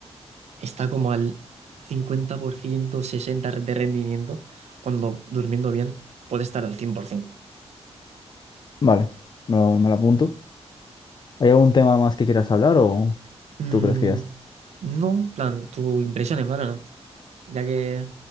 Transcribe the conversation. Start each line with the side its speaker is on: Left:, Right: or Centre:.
Right: está como al 50%, 60% de rendimiento, cuando durmiendo bien puede estar al 100%.
Left: Vale, me lo, me lo apunto. ¿Hay algún tema más que quieras hablar o
Right: Mm,
Left: tú crees que ya?
Right: no, plan, tu impresión en Valorant, ya que